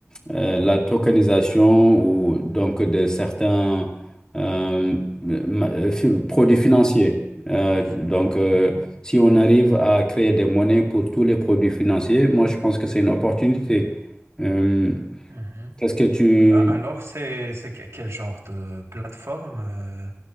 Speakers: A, on the left; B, on the right.
A: euh, la tokenisation ou donc de certains euh, ma- euh, fi- produits financiers. Euh, donc, euh,
B: Mhm,
A: si on arrive à créer des monnaies pour tous les produits financiers, moi, je pense que c'est une opportunité euh,
B: mhm.
A: qu'est-ce que tu...
B: A- Alors, c'est c'est que- quel genre de plateforme euh,